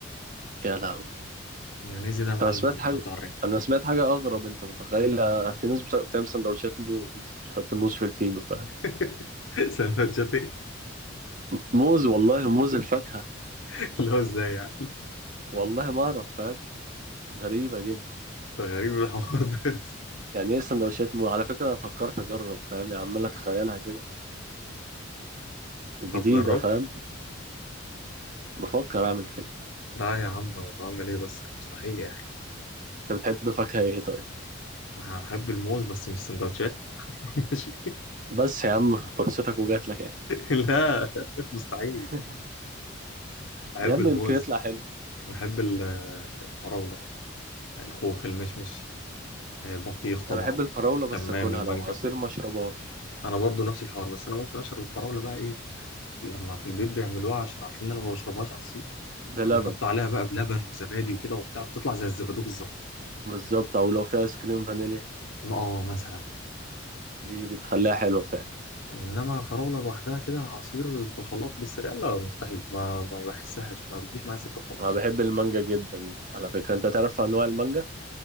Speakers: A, on the right (about 40°); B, on the left (about 75°).
A: يا لهوي
B: المايونيز ده يا معلم
A: انا سمعت
B: اللي بتحطه
A: حاجة
B: على الرنجه
A: انا سمعت حاجة اغرب انت متخيل في ناس بت- بتعمل سندوتشات موز بتحط موز في الفينو فاهم
B: <laughs> سندوتشات ايه
A: موز والله موز الفاكهة
B: <laughs> اللي هو ازاي يعني
A: والله ما اعرف فاهم غريبة جدا
B: ده غريب الحوار ده
A: يعني ايه سندوتشات موز على فكرة انا فكرت اجرب فاهم يعني عمال اتخيلها كده جديدة
B: طب جربت
A: فاهم بفكر اعمل كده
B: لا يا عم أنا بعمل ايه بس مستحيل يا اخي
A: انت بتحب فاكهة ايه طيب
B: هحب الموز بس مش سندوتشات <laughs> ماشي
A: بس يا عم فرصتك وجات لك اهي
B: لا مستحيل
A: <laughs>
B: احب
A: يا عم
B: الموز
A: يمكن يطلع حلو
B: احب ال- الفراوله الخوخ المشمش آه، بطيخ طبعا
A: انا بحب الفراولة
B: الشمام
A: بس اكلها
B: المانجا
A: لو عصير ما اشربهاش
B: انا برضو نفس الحوار بس انا ممكن اشرب الفراوله بقى ايه لما في البيت بيعملوها عشان عارفين ان انا ما بشربهاش عصير
A: بلبن
B: فبيحطوا عليها بقى بلبن وزبادي وكده وبتاع بتطلع زي الزبادو بالظبط
A: بالظبط او لو في ايس كريم فانيليا
B: اه مثلا
A: دي بتخليها حلوة فعلا
B: انما فراوله لوحدها كده عصير في الخلاط بالسريع لا مستحيل ما ما بحسهاش ما بتجيش معايا سكه خالص
A: انا بحب المانجا جدا على فكرة انت تعرف انواع المانجا